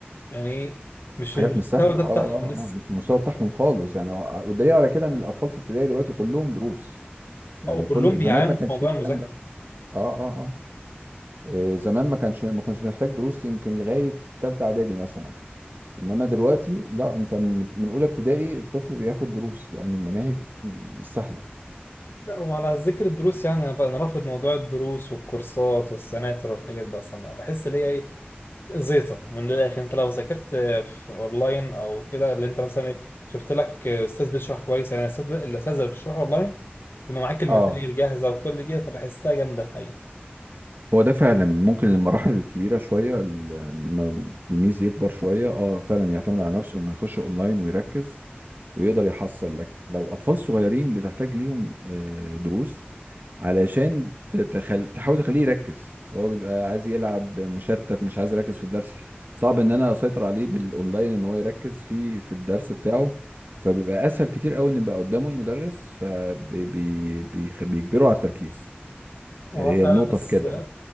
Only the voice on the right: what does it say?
حاجات
مش سهله
اه
اه
اه مش المستوى بتاعهم خالص يعني والدليل على كده ان الاطفال في ابتدائي دلوقتي كلهم دروس يعني
كل
زمان ما كانش
فيه الكلام
ده اه اه اه إيه، زمان ما كانش ما كنتش محتاج دروس يمكن لغايه ثالثه اعدادي مثلا انما دلوقتي لا انت من من اولى ابتدائي الطفل بياخد دروس لان المناهج مش سهله
اه
هو ده فعلا ممكن المراحل الكبيرة شوية ال- لما التلميذ يكبر شوية اه فعلا يعتمد على نفسه انه يخش اونلاين ويركز ويقدر يحصل لك لو اطفال صغيرين بتحتاج ليهم آه، دروس علشان تتخل... تحاول تخليه يركز هو بيبقى عايز يلعب مشتت مش عايز يركز في الدرس صعب ان انا اسيطر عليه بالاونلاين ان هو يركز في في الدرس بتاعه فبيبقى اسهل كتير قوي ان يبقى قدامه المدرس فبيجبره على التركيز
هي
النقطة
في كده